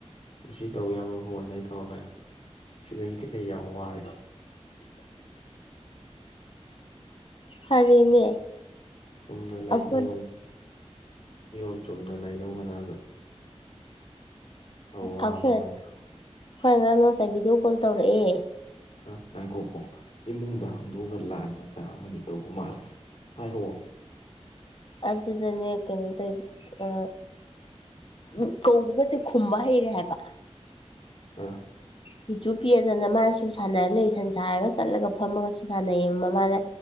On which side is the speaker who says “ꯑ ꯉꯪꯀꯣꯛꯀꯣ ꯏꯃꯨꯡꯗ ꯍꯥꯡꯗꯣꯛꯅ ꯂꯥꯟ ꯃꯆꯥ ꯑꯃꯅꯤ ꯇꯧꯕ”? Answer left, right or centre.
Left